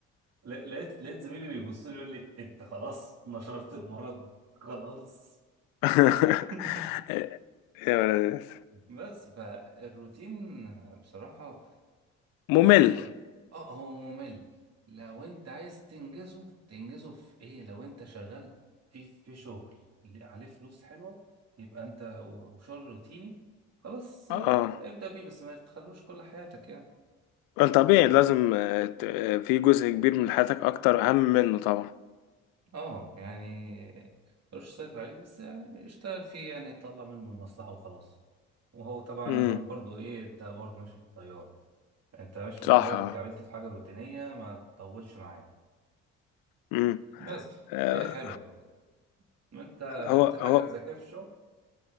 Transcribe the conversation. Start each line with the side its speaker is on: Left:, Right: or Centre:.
Right: لا- لقيت لقيت زميلي بيبص لي يقول لي انت خلاص نشرت المرض خلاص
Left: <laughs>
Right: <laughs>
Left: يا ولد
Right: بس فالروتين بصراحة
Left: ممل
Right: ممكن اه هو ممل لو انت عايز تنجزه تنجزه في ايه لو انت شغال في في شغل اللي عليه فلوس حلوة يبقى انت و- وشغل روتيني خلاص آه،
Left: اه
Right: ابدأ بيه بس ما تخلوش كل حياتك يعني
Left: اه طبيعي لازم آه، ت- آه، في جزء كبير من حياتك اكتر اهم منه طبعا
Right: اه يعني ملوش سيطر عليه بس يعني اشتغل فيه يعني يطلع منه المصلحة وخلاص وهو طبعا
Left: امم
Right: النظام برضو ايه انت برضو ماشي في التيار انت ماشي في
Left: صح
Right: التيار
Left: اه
Right: اتكعبلت في حاجة روتينية ما تطولش معايا
Left: امم
Right: بس
Left: آه،
Right: فهي حلوة انت قابلت
Left: هو
Right: حاجة
Left: هو
Right: زي كده في الشغل